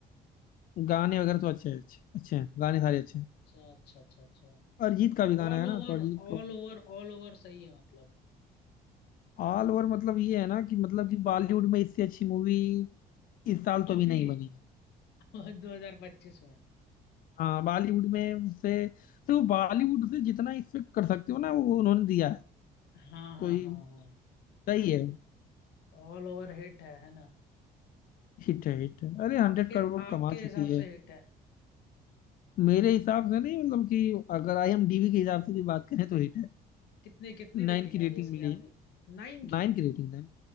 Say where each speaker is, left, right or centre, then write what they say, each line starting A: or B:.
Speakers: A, on the left; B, on the left.
A: गाने वगैरह तो अच्छे अच्छे अच्छे हैं गाने सारे अच्छे हैं
B: अच्छा अच्छा अच्छा अच्छा
A: अरिजीत का भी गाना
B: All
A: है ना
B: over
A: तो अरिजीत
B: all
A: का
B: over all over सही है मतलब
A: ऑल ओवर मतलब ये है ना कि मतलब कि बॉलीवुड में इससे अच्छी मूवी इस साल तो
B: अभी
A: अभी नहीं बनी है
B: <laughs> 2025 में
A: हाँ बॉलीवुड में से देखो बॉलीवुड से जितना एक्सपेक्ट कर सकते हो ना वो उन्होंने दिया है
B: हाँ
A: कोई
B: हाँ हाँ हाँ
A: सही है
B: ऑल ओवर हिट है है ना
A: हिट है हिट है अरे
B: आपके
A: हंड्रेड करोड़
B: आपके
A: कमा
B: हिसाब
A: चुकी है
B: से हिट है
A: मेरे हिसाब से नहीं मतलब कि अगर आईएमडीबी के हिसाब से भी बात करें तो हिट है
B: कितने कितनी
A: नाइन
B: रेटिंग
A: की
B: आई
A: रेटिंग
B: है इसकी
A: मिली
B: अभी
A: है
B: नाइन
A: नाइन
B: की
A: की रेटिंग नाइन